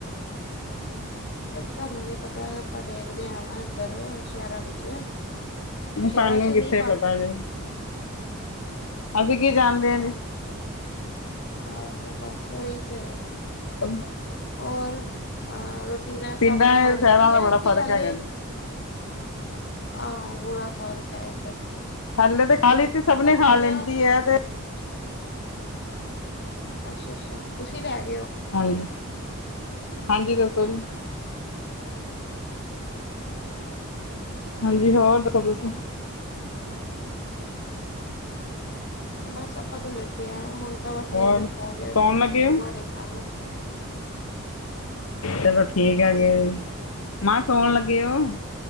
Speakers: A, on the left (about 55°); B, on the left (about 75°).
A: ਤੁਹਾਨੂੰ ਨੀ ਪਤਾ ਆਪਾ ਦੇਖਦੇ ਆ ਨਾ ਇੱਧਰ ਸ਼ਹਿਰਾਂ ਵਿੱਚ ਸ਼ਹਿਰਾਂ
B: ਸਾਨੂੰ
A: ਚ
B: ਕਿੱਥੇ
A: ਨਹੀਂ ਪਾਂਨਦੇ
B: ਪਤਾ ਜੀ ਅਸੀਂ ਕੀ ਜਾਨਦੇ ਹਾਂ ਜੇ
A: ਆਹੋ ਬਸ ਓਹੀ ਚ ਹੈ
B: ਹਮ
A: ਔਰ ਅਹ ਰੋਟੀ ਨੇ
B: ਪਿੰਡਾਂ
A: ਸਾਬਣੇ ਖਾ ਲਿੱਤੀ
B: ਸ਼ਹਿਰਾਂ ਦਾ
A: ਹੈ
B: ਬੜਾ
A: ਕਿ
B: ਫਰਕ
A: ਹਾਲੇ
B: ਹੈਗਾ ਜੀ
A: ਆਹੋ ਗੁਲਾ ਫਰ ਕ
B: ਥੱਲੇ ਤੇ ਖਾਲੀ ਤੇ ਸਭ ਨੇ
A: ਕੁੜੀਆਂ
B: ਖਾ ਲੈਂਦੀ ਹੈ ਤੇ
A: ਅੱਛਾ ਅੱਛਾ ਤੁਸੀਂ ਰਹਿ ਗਏ ਹੋ
B: ਹਾਂਜੀ ਜ ਹਾਂਜੀ ਦੱਸੋ ਜੀ
A: ਅੱਛਾ
B: ਹਾਂਜੀ ਹੋਰ ਦੱਸੋ
A: ਹੋਰ
B: ਤੁਸੀਂ
A: ਬਸ ਆਪਾਂ ਤੋਂ ਲਟੇ ਆ ਹੁਣ ਤਾਂ ਬਸ ਨਿੰਦਰ
B: ਹੋਰ
A: ਪਹੁੰਚ ਜਾ
B: ਸੌਣ
A: ਬਸ
B: ਲੱਗੇ
A: ਸੁਬਾਹ
B: ਹੋ
A: ਦੇਖ <unintelligible>
B: ਚਲੋ ਠੀਕ ਹੈਗੇ ਮਾਂ ਸੋਨ ਲੱਗੇ ਓਹ